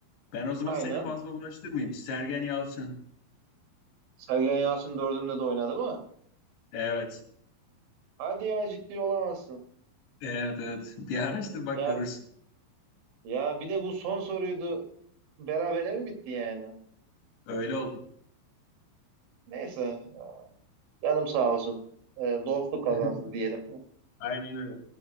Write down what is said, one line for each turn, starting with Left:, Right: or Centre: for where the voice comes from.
Left: Ben o zaman
Right: Aynen.
Left: seni fazla uğraştırmayayım. Sergen Yalçın.
Right: Sergen Yalçın dördünde de oynadı mı?
Left: Evet.
Right: Hadi ya ciddi olamazsın.
Left: Evet evet. Bir araştır bak
Right: Ya
Left: görürsün.
Right: ya bir de bu son soruydu. Berabere mi bitti yani?
Left: Öyle oldu.
Right: Neyse Canım sağ olsun. Ee, dostluk kazansın
Left: <laughs>
Right: diyelim. <laughs>
Left: Aynen öyle.